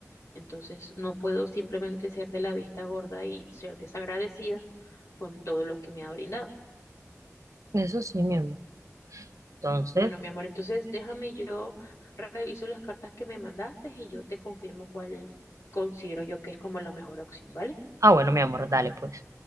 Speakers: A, on the left; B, on the right.
A: Entonces, no puedo simplemente ser de la vista gorda y ser desagradecida con todo lo que me ha brindado.
B: Eso sí, mi amor. Entonces,
A: Bueno, mi amor, entonces déjame yo reviso las cartas que me mandaste y yo te confirmo cuál considero yo que es como la mejor opción, ¿vale?
B: ah, bueno, mi amor, dale pues.